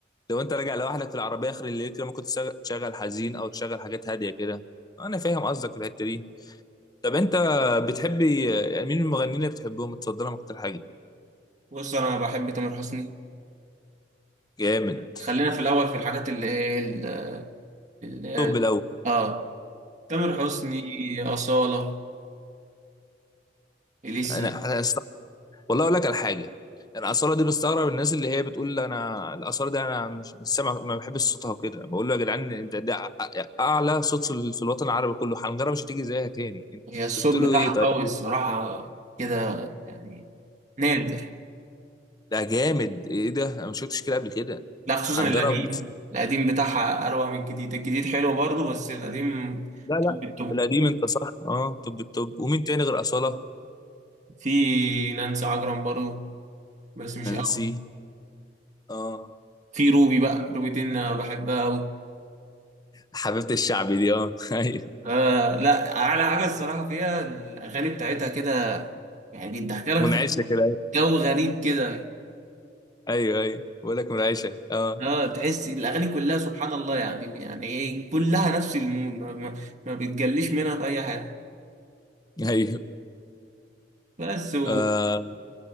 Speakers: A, on the left; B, on the right.
A: لو انت راجع لوحدك في العربيه اخر الليل كده ممكن تشغل تشغل حزين او تشغل حاجات هاديه كده انا فاهم قصدك في الحته دي طب انت بتحبي يعني مين المغنيين اللي بتحبهم متصدرهم اكتر حاجه
B: بص انا بحب تامر حسني
A: جامد
B: خلينا في الاول في الحاجات اللي ايه ال- ال-
A: طب الاول
B: اه تامر حسني أصالة إليسا
A: انا انا است- والله اقول لك على حاجه انا اصاله دي بستغرب الناس اللي هي بتقول انا الاصاله ده انا مش مش سامع ما بحبش صوتها وكده بقول له يا جدعان انت ده أ- أ- اعلى صوت في ال- في الوطن العربي كله حنجره مش هتيجي زيها تاني انت
B: هي الصوت
A: بتقولوا
B: بتاعها
A: ايه طيب
B: قوي الصراحة كده يعني نادر
A: ده جامد ايه ده انا ما شفتش كده قبل كده
B: لا خصوصا
A: حنجره
B: القديم
A: بس
B: القديم بتاعها أروع من الجديد الجديد حلو برضه بس القديم
A: لا لا
B: توب التوب
A: القديم انت صح اه طب الطب ومين تاني غير اصاله
B: في نانسي عجرم برضه بس مش
A: نانسي
B: قوي
A: اه
B: في روبي بقى روبي دي أنا بحبها أوي
A: حبيبه الشعب دي اه <laughs>
B: آه لا اعلى حاجه الصراحه فيها الاغاني بتاعتها كده يعني بتدخلك
A: منعشه
B: في جو
A: كده
B: جو غريب كده
A: ايوه ايوه بقول لك منعشه اه
B: اه تحس الاغاني كلها سبحان الله يعني يعني ايه كلها نفس المود ما, ما, ما بتجليش منها في اي حاجه
A: ايوه
B: بس و...
A: آه.